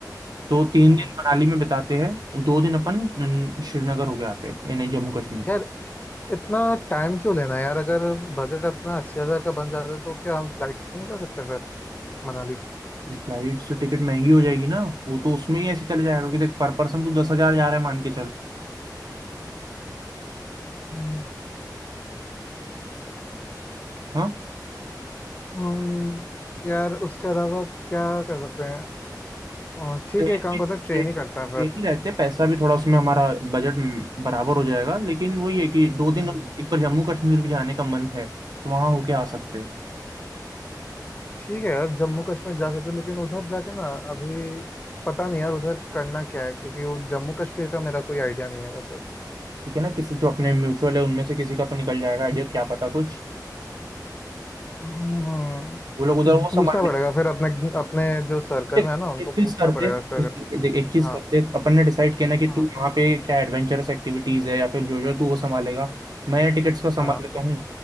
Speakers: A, on the right; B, on the left.
A: तो तीन
B: हम्म,
A: दिन मनाली में बिताते हैं दो दिन अपन न, श्रीनगर होके आते हैं यानी जम्मू कश्मीर
B: यार इतना टाइम क्यों लेना यार अगर बजट अपना अस्सी हजार का बन जाता है तो क्या हम फ्लाइट से नहीं जा सकते फिर मनाली
A: फ्लाइट से टिकट महंगी हो जाएगी ना वो तो उसमें ही ऐसे चले जाएगा कि देख पर पर्सन तू दस हजार जा रहा है मान के चल
B: हम्म,
A: हाँ
B: हम्म, यार उसके अलावा क्या कर सकते हैं अ, ठीक
A: ट्रेन
B: है
A: में
B: एक काम करते हैं ट्रेन
A: ट्रेन ट्रेन
B: ही करते हैं फिर
A: ही रहते पैसा भी थोड़ा उसमें हमारा बजट बराबर हो जाएगा लेकिन वही है कि दो दिन
B: हम्म,
A: एक बार जम्मू कश्मीर भी जाने का मन है तो वहां होके आ सकते हैं
B: ठीक है यार जम्मू कश्मीर जा सकते हैं लेकिन उधर जाके ना अभी पता नहीं यार उधर करना क्या है क्योंकि वो जम्मू कश्मीर का मेरा कोई आइडिया नहीं है वैसे
A: ठीक है ना किसी जो अपने म्यूचुअल है उनमें से किसी का तो निकल जाएगा आइडिया क्या पता कुछ
B: हम्म,
A: वो लोग उधर वो संभाल
B: पूछना
A: लेंगे
B: पड़ेगा फिर अपने अपने जो सर्कल
A: देख,
B: में है ना उनको
A: एक
B: पूछना
A: चीज करते
B: पड़ेगा कि अगर
A: देख एक चीज
B: हाँ
A: करते तो अपन ने डिसाइड किया ना कि
B: हाँ
A: तू वहाँ पे क्या एडवेंचरस एक्टिविटीज है या फिर जो जो है, तू वो संभालेगा मैं टिकट्स का संभाल
B: हाँ
A: लेता हूँ